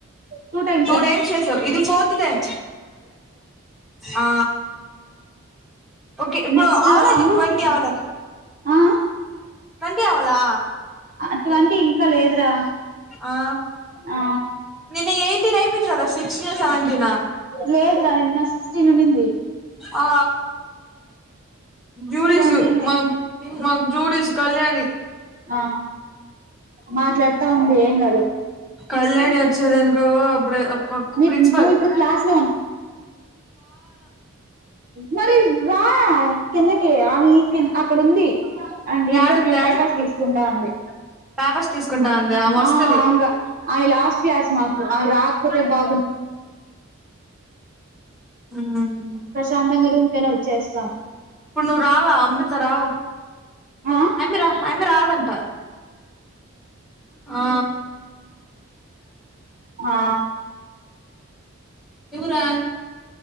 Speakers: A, on the right; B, in the centre.
A: టూ టైమ్
B: టైమ్స్ చేసావ్ ఇది ఫోర్త్ టైమ్ ఆ ఓకే ఇప్పుడు
A: నెక్స్ట్
B: అవ్వలే
A: అమ్ముకి
B: ట్వంటీ అవ్వలే
A: ఆ
B: వంీ అవలా
A: అటువంటి ఇంకా లేదురా
B: ఆ
A: ఆ
B: నిన్న ఎయిట్ నైయిట్ కద సిక్స్టీ సవెంటీ
A: ఇ లేద రా నిన్న నింది
B: ఆ జూడీసు
A: సెవెంటీన్
B: మా మాకు జూడీస్ కళ్యాణి
A: ఆ మాట్లాడుతా ఉంది ఏం కాదు
B: కళ్యాణి వచ్చద ఇప్పుడు
A: మీరు
B: ప్రిసిపాల్ాల
A: నువ్వు ఇప్పుడు క్లాస్ సరి రా కిందకే అది అక్కడ ఉంది ఆండ్
B: యాడుందే
A: ఇంటర్వ్యూ పేపర్స్ తీసుకుంటా ఉంది
B: పేపర్స్ తీసుకుంటాంది ఆమె వస్తది
A: ఆ అవి లాస్ట్ క్లాస్ మాకు అవి రాక్ తే భాగం
B: హ్మ్మ్ హ్మ్మ్
A: ప్రశాంతంగా రూమ్ కైనా వచ్చేస్తాం
B: ఇప్పుడు నువ్వు రావా అమృత రావా
A: ఆ
B: అమ్మి రా అమ్మి రా. దంటా ఆ
A: ఆ
B: ఇవ్వు రా